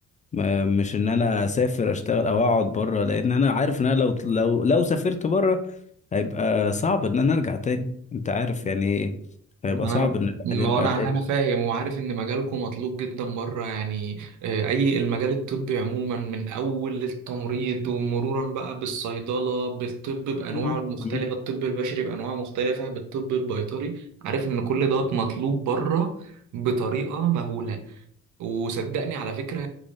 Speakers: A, on the left; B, on the right.
A: ما- مش ان انا اسافر اشتغل او اقعد بره لان انا عارف ان انا لو لو لو سافرت بره هيبقى صعب ان انا ارجع تاني انت عارف يعني ايه هيبقى
B: انا
A: صعب ان الواحد
B: ما
A: يرجع
B: هو انا
A: تاني
B: انا فاهم وعارف ان مجالكم مطلوب جدا بره يعني آه، اي المجال الطبي عموما من اول التمريض ومرورا بقى بالصيدله بالطب بانواعه
A: مم.
B: المختلفه
A: مم.
B: الطب البشري بانواعه مختلفه بالطب البيطري عارف ان كل دوت مطلوب بره بطريقه مهوله وصدقني على فكرة